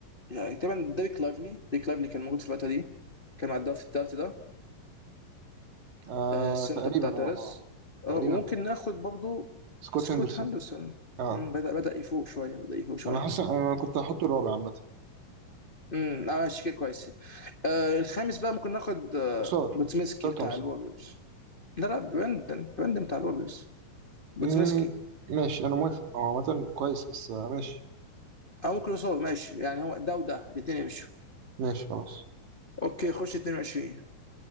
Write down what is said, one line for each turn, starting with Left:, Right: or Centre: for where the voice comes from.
Left: يعني تقريبا ديريك لايفلي ديريك لايفلي كان موجود في الفتره دي كان مع الدرافت التالت ده
Right: آه
Left: آه، السنتر
Right: تقريبا
Left: بتاع
Right: اه
Left: دالاس
Right: اه تقريبا
Left: آه، وممكن
Right: اه
Left: ناخد برضه
Right: سكوت
Left: سكوت
Right: هندرسون
Left: هاندرسون
Right: اه
Left: مم، بدأ بدأ يفوق شويه بدأ يفوق شويه
Right: أنا حاسس أنا كنت هحطه الرابع عامة
Left: امم اه ماشي كده كويسين آه الخامس بقى ممكن ناخد آه
Right: قصار
Left: بوتسميسكي
Right: قصار
Left: بتاع
Right: تومسون
Left: الوريوز لا لا برندن برندن بتاع الوريوز بوتسميسكي
Right: مم، ماشي أنا موافق هو عامة كويس بس آه ماشي
Left: او ممكن يوصل ماشي يعني هو ده وده الاثنين يمشوا
Right: ماشي خلاص
Left: اوكي خش 22